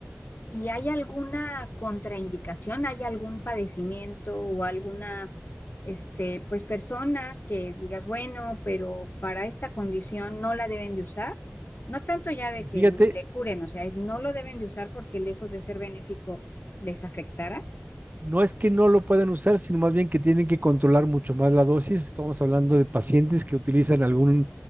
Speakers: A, on the left; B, on the right.
A: ¿Y hay alguna contraindicación? ¿Hay algún padecimiento o alguna, este, pues persona que digas, bueno, pero para esta condición no la deben de usar? No tanto ya de que
B: Fíjate
A: ni le curen, o sea, es no lo deben de usar porque lejos de ser benéfico les afectará.
B: No es que no lo puedan usar, sino más bien que tienen que controlar mucho más la dosis. Estamos hablando de pacientes que utilizan algún,